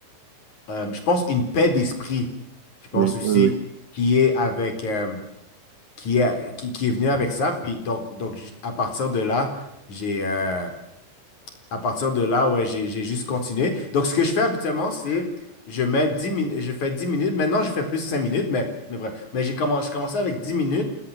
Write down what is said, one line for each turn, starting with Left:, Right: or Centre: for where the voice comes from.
Left: euh, je pense une paix d'esprit. Je pense
Right: Oui,
Left: aussi
Right: oui, oui,
Left: qui est avec, euh, qui est, qui, qui est venu avec ça. Puis donc, donc j- à partir de là, j'ai, euh, à partir de là, ouais, j'ai, j'ai juste continué. Donc ce que je fais habituellement, c'est je mets 10 minutes, je fais 10 minutes. Maintenant, je fais plus 5 minutes, mais, mais bref. Mais j'ai commencé, je commençais avec 10 minutes.